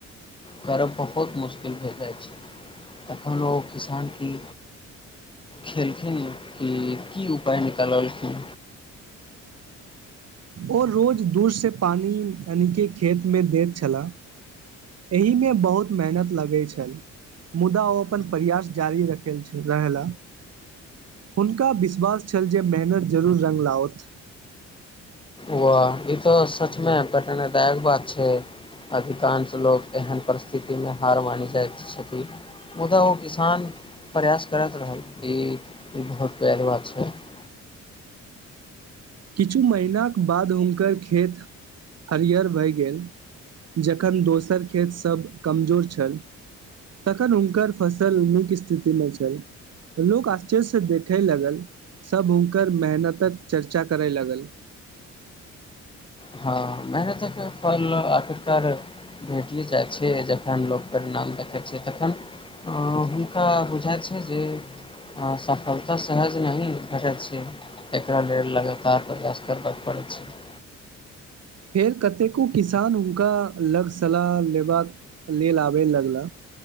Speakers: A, on the left; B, on the right.
A: करब बहुत मुश्किल भ जाइत छैक तखन ओ किसान की खेलखिन कि उपाय निकाल लखिन
B: ओ रोज दूर से पानि खेतमे दैत छलाह एहिमे बहुत मेहनत लगैत छल मुदा ओ अपन प्रयास जारी रखैत रहला हुनका विश्वास छल जे मेहनत जरूर रङ्ंग लाओथ
A: वाह ई तऽ सचमे पटनेदायक बात छैक अधिकांश लोक एहन परिस्थितिमे हार मानि जाइत छथिन मुदा ओ किसान प्रयास करैत रहल ई बहुत पैघ बात छैक
B: किछु महिनाक बाद हुनकर खेत हरियर भए गेल जखन दोसर खेतसभ कमजोर छल तखन हुनकर फसल नीक स्थितिमे छल लोक आश्चर्यसँ देखय लागल सभ हुनकर मेहनतक चर्चा करय लागल
A: हँ मेहनतक फल आखिरकार भेटिए जाइत छैक जखन लोक परिणाम देखैत छैक तखन हुनका बुझाइत छैक जे सफलता सहज नहि भेटैत छैक एकरा लेल लगातार प्रयास करबय पड़ैत छैक
B: फेर कतेको किसान हुनका लग सलाह लेबाक लेल आबय लगला